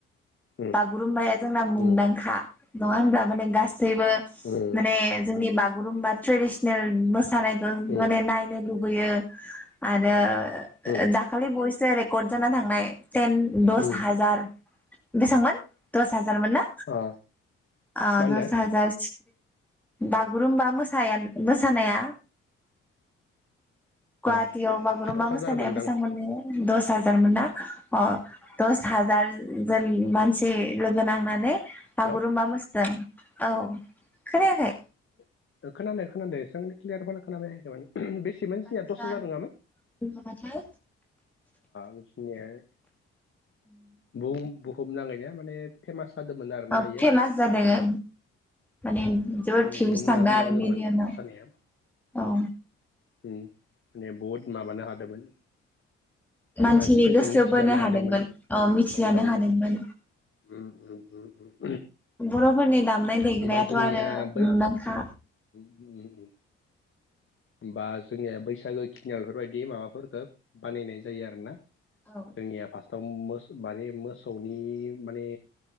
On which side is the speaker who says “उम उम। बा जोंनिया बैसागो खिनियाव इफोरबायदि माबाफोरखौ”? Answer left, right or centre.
Left